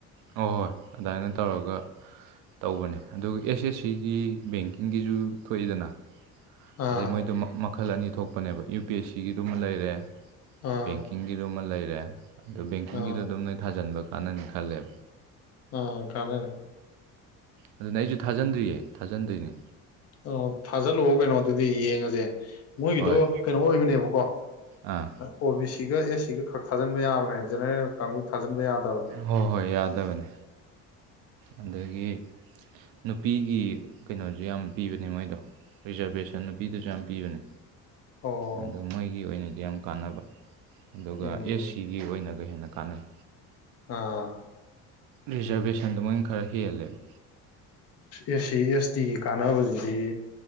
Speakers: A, on the right; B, on the left.
A: ꯍꯣꯏ ꯍꯣꯏ ꯑꯗꯨꯃꯥꯏꯅ ꯇꯧꯔꯒ ꯇꯧꯕꯅꯦ ꯑꯗꯨꯒ ꯑꯦꯁ ꯑꯦꯁ ꯁꯤꯒꯤ ꯕꯦꯡꯀꯤꯡꯒꯤꯁꯨ ꯊꯣꯛꯏꯗꯅ
B: ꯑꯥ
A: ꯑꯗꯩ ꯃꯣꯏꯗꯨ ꯃꯈꯜ ꯑꯅꯤ ꯊꯣꯛꯄꯅꯦꯕ ꯌꯨ ꯄꯤ ꯑꯦꯁ ꯁꯤꯒꯤꯗꯨꯃ ꯂꯩꯔꯦ ꯕꯦꯡꯀꯤ
B: ꯑꯥ
A: ꯕꯦꯡꯀꯤꯡꯒꯤꯗꯨꯃ ꯂꯩꯔꯦ ꯑꯗꯨꯗꯣ ꯕꯦꯡꯀꯤꯡꯒꯤꯗꯣ
B: ꯑꯥ
A: ꯑꯗꯨꯝ ꯅꯣꯏ ꯊꯥꯖꯟꯕ ꯀꯥꯟꯅꯅꯤ ꯈꯜꯂꯦꯕ
B: ꯑ ꯈꯥꯅꯅꯦ
A: ꯑꯗꯨꯅꯦ ꯑꯩꯁꯨ ꯊꯥꯖꯟꯗ꯭ꯔꯤꯌꯦ ꯊꯥꯖꯟꯗ꯭ꯣꯏꯅꯦ
B: ꯑ ꯊꯥꯖꯜꯂꯛꯑꯣ ꯀꯩꯅꯣ ꯑꯗꯨꯗꯤ ꯌꯦꯡꯉꯁꯦ ꯃꯣꯏꯒꯤꯗꯣ
A: ꯍꯣꯏ
B: ꯀꯩꯅꯣ ꯑꯣꯏꯕꯅꯦꯕꯀꯣ
A: ꯑꯥ
B: ꯑꯣ ꯕꯤ ꯁꯤꯒ ꯑꯦꯁ ꯁꯤꯒ ꯈꯛ ꯊꯥꯖꯤꯟꯕ ꯌꯥꯕꯅꯦ ꯖꯦꯅꯔꯦꯜ ꯀꯥꯡꯕꯨ ꯊꯥꯖꯤꯟꯕ ꯌꯥꯗ
A: ꯍꯣꯏ ꯍꯣꯏ ꯌꯥꯗꯕꯅꯤ ꯑꯗꯒꯤ ꯅꯨꯄꯤꯒꯤ ꯀꯩꯅꯣꯁꯨ ꯌꯥꯝ ꯄꯤꯕꯅꯦ ꯃꯣꯏꯗꯣ ꯔꯤꯖꯔꯕꯦꯁꯟ ꯅꯨꯄꯤꯗꯨꯁꯨ ꯌꯥꯝ ꯄꯤꯕꯅꯦ
B: ꯑꯣ
A: ꯑꯗꯨ ꯃꯣꯏꯒꯤ ꯑꯣꯏꯅꯗꯤ ꯌꯥꯝ ꯀꯥꯟꯅꯕ ꯑꯗꯨꯒ
B: ꯎꯝ
A: ꯑꯦꯁ ꯁꯤꯒꯤ ꯑꯣꯏꯅꯒ ꯍꯦꯟꯅ ꯀꯥꯟꯅꯩ
B: ꯑꯥ
A: ꯔꯤꯖꯔꯕꯦꯁꯟ ꯑꯗꯨꯃꯣꯏꯅ ꯈꯔ ꯍꯍꯂꯦꯕ
B: ꯑꯦ ꯁꯤ ꯑꯦꯁ ꯇꯤꯒꯤ ꯀꯥꯟꯅꯕꯁꯤꯗꯤ